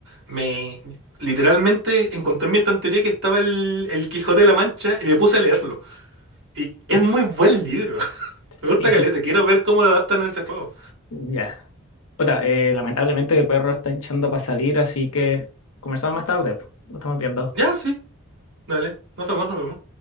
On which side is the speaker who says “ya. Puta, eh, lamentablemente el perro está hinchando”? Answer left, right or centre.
Left